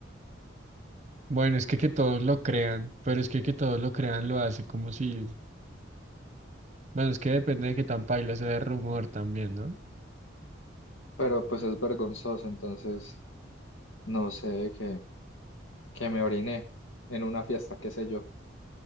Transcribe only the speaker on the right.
Bueno, es que que todos lo crean, pero es que que todos lo crean lo hace como si... Bueno, es que depende de qué tan paila sea el rumor también, ¿no?